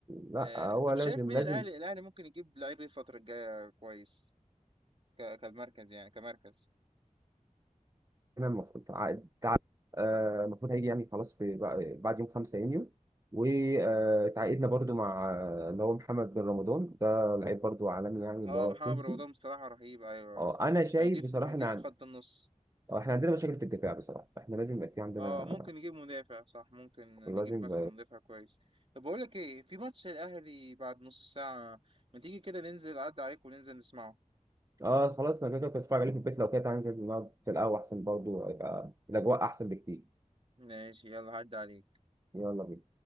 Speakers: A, on the right (about 25°); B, on the right (about 45°).
A: لا
B: آه
A: هو
B: طب
A: لازم
B: شايف مين
A: لازم
B: الاهلي الاهلي ممكن يجيب لعيب ايه الفتره الجايه كويس ك- كالمركز يعني كمركز
A: احنا المفروض تع- تع- آه، المفروض هيجي يعني خلاص في بع- بعد يوم 5 يونيو وتعاقدنا برضو مع آه، اللي هو محمد بن رمضان ده لعيب برضو عالمي يعني
B: اه
A: اللي هو
B: محمد
A: التونسي
B: رمضان بصراحه رهيب ايوه
A: اه انا شايف
B: هيضيف
A: بصراحه
B: هيضيف
A: ان عن-
B: في خط النص
A: آه، احنا عندنا مشاكل في الدفاع بصراحه احنا لازم يبقى في عندنا
B: اه ممكن نجيب مدافع صح ممكن
A: لازم
B: نجيب مثلا مدافع كويس طب بقول لك ايه في ماتش الاهلي بعد نص ساعة ما تيجي كده ننزل عدى عليك وننزل نسمعه
A: اه خلاص انا كده كده كنت اتفرج عليه في البيت لو كده تعالى ننزل نقعد في القهوة احسن برضو يبقى الاجواء احسن بكتير
B: ماشي يلا عدى عليك
A: يلا بينا